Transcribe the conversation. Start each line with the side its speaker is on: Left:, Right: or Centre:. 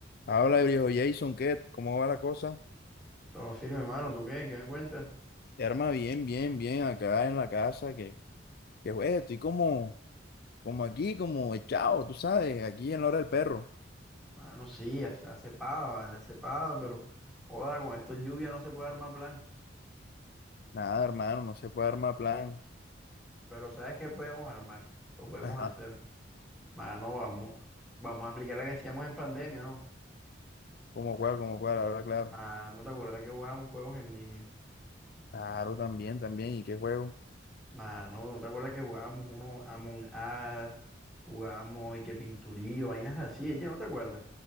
Left: Habla, viejo Jason, ¿qué? ¿Cómo va la cosa?
Centre: Todo firme, hermano. ¿Tú qué? ¿Qué me cuentas?
Left: Arma bien, bien, bien, acá en la casa, que, que juez, estoy como, como aquí, como echado, tú sabes, aquí en la hora del perro.
Centre: Mano, sí, hace, hace pava, vale, hace pava, pero joda, con esto de lluvia no se puede armar plan.
Left: Nada, hermano, no se puede armar plan.
Centre: Pero ¿sabes qué podemos armar? Lo podemos
Left: Ajá.
Centre: hacer. Mano, vamos, vamos a aplicar la que hacíamos en pandemia, ¿no?
Left: ¿Cómo cuál, cómo cuál? Habla claro.
Centre: Mano, ¿te acuerdas que jugábamos juegos en línea?
Left: Claro, también, también, ¿y qué juego?
Centre: Mano, ¿no te acuerdas que jugábamos uno Among Us, jugábamos y que pinturillo, vainas así? Ella no te acuerdas.